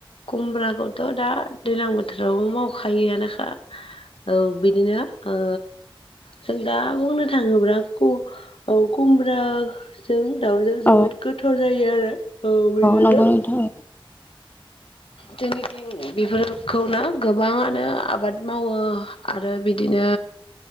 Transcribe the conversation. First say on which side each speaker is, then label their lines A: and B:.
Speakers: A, on the left (about 80°); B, on the left (about 20°).
A: कुमब्राखौथ' दा दैज्लां बोथोरावबो मावखायोआनोखा औ बिदिनो ओ जों दा बुंनो थाङोब्ला कु औ कुमब्रा जों दाउजों जोबोद
B: औ
A: गोथाव जायो आरो औ बिदिनो
B: नंगौ नोंथां
A: जोंनि थिं बेफोरखौनो गोबाङानो आ आबाद मावो आरो बिदिनो